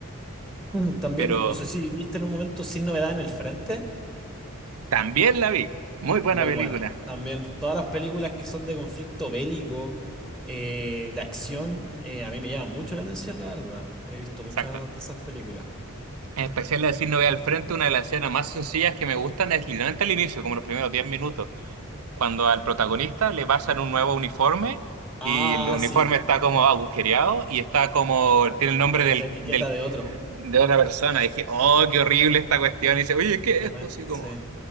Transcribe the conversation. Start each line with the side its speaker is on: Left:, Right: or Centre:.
Centre: <clears throat> Ujú. También,
Right: Pero
Centre: no sé si viste en un momento Sin Novedad en el Frente,
Right: también la vi, muy buena
Centre: muy
Right: película,
Centre: buena. También, todas las películas que son de conflicto bélico, eh, de acción, eh, a mí me llaman mucho la atención, la verdad. He visto muchas
Right: exacto.
Centre: de esas películas.
Right: En especial la de Sin Novedad al Frente, una de las escenas más sencillas que me gustan es literalmente al inicio, como los primeros 10 minutos, cuando al protagonista le pasan un nuevo uniforme
Centre: Ah,
Right: y el uniforme
Centre: sí,
Right: está como agujereado y está como, tiene el nombre
Centre: la con
Right: del,
Centre: la etiqueta
Right: del-
Centre: de otro.
Right: de otra persona. Y dije, oh, qué horrible esta cuestión. Y dice, oye, ¿qué
Centre: Me
Right: es esto?
Centre: ima-
Right: Así
Centre: sí.
Right: como,